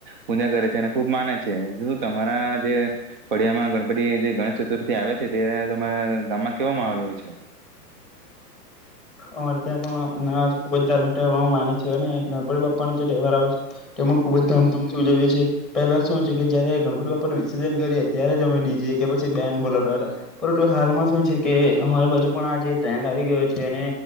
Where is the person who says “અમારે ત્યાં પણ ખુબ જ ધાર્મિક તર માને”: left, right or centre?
Centre